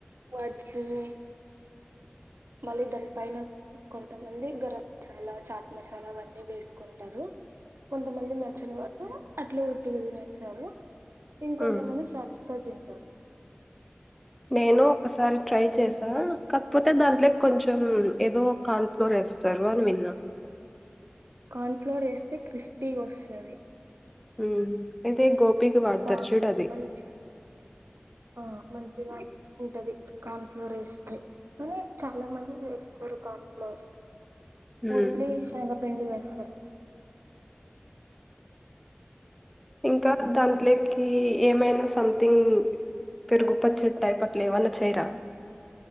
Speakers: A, on the right (about 75°); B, in the centre.
A: వాటిని మళ్ళీ దాని పైన కొంతమంది గరం మసాలా చాట్ మసాలా అవన్నీ వేసుకుంటారు కొంతమంది నచ్చని వాళ్లు అట్లా ఒట్టిగా తినేస్తారు ఇంకొంత
B: ఉమ్
A: మంది సాస్ తో తింటారు
B: నేను ఒకసారి ట్రై చేసా కాకపోతే దాంట్లో కొంచెం ఏదో కాన్ఫ్లోర్ వేస్తారు అని విన్నా
A: కార్న్ఫ్లోర్ వేస్తే క్రిస్పీగా వస్తాది
B: ఉమ్ ఇదే గోపికి వార్తరూ
A: బాగా
B: చూడు అది
A: మంచి ఆ మంచిగా ఉంటది కార్న్ ఫ్లోర్ వేస్తే కానీ చాలా మంది వేసుకోరు కార్న్ ఫ్లోర్
B: హ్మ్
A: ఓన్లీ శనగపిండి వేస్తారు క
B: ఇంకా దాంట్లే కి ఏమైనా సంథింగ్ పెరుగుపచ్చడి టైప్ అట్లా ఏమన్న చేయరా